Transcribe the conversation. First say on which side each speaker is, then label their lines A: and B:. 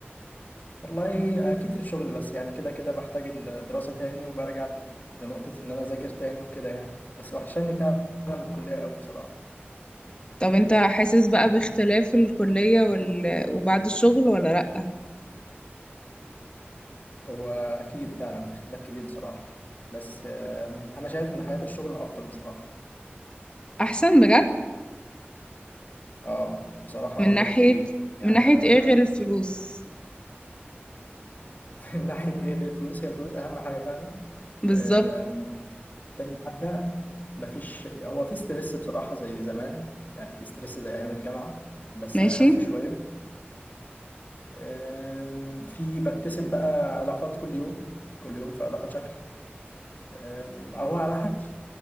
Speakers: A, on the left; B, on the left.
A: والله اكيد في الشغل بس يعني كده كده بحتاج الدراسة تاني وبرجع لنقطة ان انا اذاكر تاني وكده يعني بس وحشاني فعلا الكلية قوي بصراحة
B: طب انت حاسس بقى باختلاف الكلية وال... وبعد الشغل ولا لأ؟
A: هو اكيد فعلا في اختلاف كبير بصراحة بس آم، انا شايف ان حياة الشغل افضل بصراحة
B: احسن بجد؟
A: اه بصراحة
B: من
A: افضل
B: ناحية
A: كتير يعني
B: من ناحية ايه
A: انا
B: غير الفلوس
A: <laughs> من ناحية ايه غير الفلوس هي الفلوس اهم حاجة فعلا
B: بالظبط
A: آم، تاني حاجة مفيش هو في ستريس بصراحة زي زمان يعني في ستريس زي ايام الجامعة بس
B: ماشي
A: اخف شوية أم، في بكتسب بقى علاقات كل يوم كل يوم في علاقة شكل أم، أو على حسب